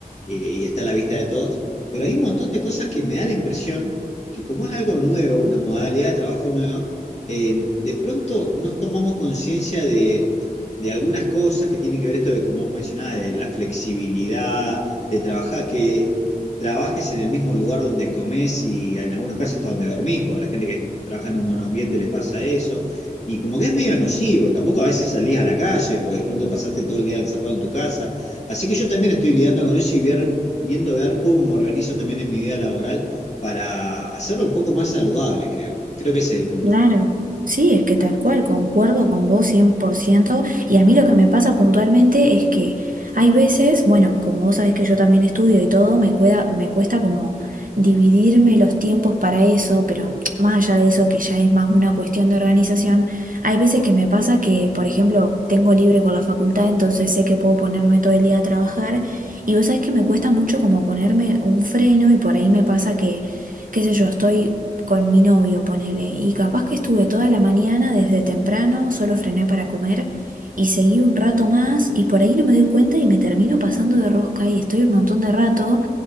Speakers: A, on the left; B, on the right.
A: eh, y está a la vista de todos, pero hay un montón de cosas que me da la impresión que como es algo nuevo, una modalidad de trabajo nueva, eh, de pronto nos tomamos conciencia de, de algunas cosas que tienen que ver esto de, como vos mencionabas, de la flexibilidad, de trabajar, que trabajes en el mismo lugar donde comes y en algunos casos hasta donde dormís, porque la gente que trabaja en un monoambiente le pasa eso y como que es medio nocivo, tampoco a veces salís a la calle, porque de pronto pasaste todo el día encerrado en tu casa. Así que yo también estoy lidiando con eso y ver- viendo ver cómo me organizo también en mi vida laboral para hacerlo un poco más saludable, creo. Creo que ese es el punto.
B: Claro, sí, es que tal cual, concuerdo con vos 100%. y a mí lo que me pasa puntualmente es que hay veces, bueno, como vos sabés que yo también estudio y todo, me cuesta, me cuesta como dividirme los tiempos para eso, pero más allá de eso que ya es más una cuestión de organización, hay veces que me pasa que, por ejemplo, tengo libre con la facultad, entonces sé que puedo ponerme todo el día a trabajar y vos sabés que me cuesta mucho como ponerme un freno y por ahí me pasa que... qué sé yo, estoy con mi novio, ponele, y capaz que estuve toda la mañana desde temprano, solo frené para comer y seguí un rato más y por ahí no me doy cuenta y me termino pasando de rosca y estoy un montón de rato